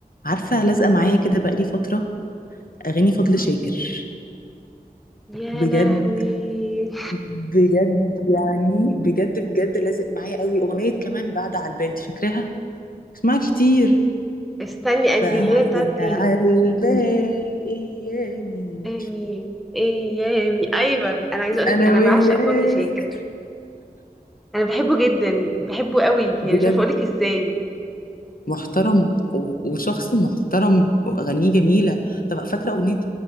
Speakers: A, on the left; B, in the centre.
A: عارفة لازقة معايا كده بقالي فترة أغاني فضل
B: مم.
A: شاكر
B: يا
A: بجد
B: لهوي <laughs>
A: بجد يعني بجد بجد لازق معايا قوي أغنية كمان بعد على البال دي فاكراها اسمعها كتير
B: استني اندي
A: بعد
B: اللي هي بتاعت ايه
A: على البال أيامي
B: ايامي ايامي ايوه انا عايزه اقولك
A: أنا
B: انا
A: وياك
B: بعشق فضل شاكر انا بحبه جدا بحبه قوي يعني
A: بجد
B: مش عارفه اقولك ازاي
A: محترم و- وشخص محترم وأغانيه جميلة طب فاكرة أغنية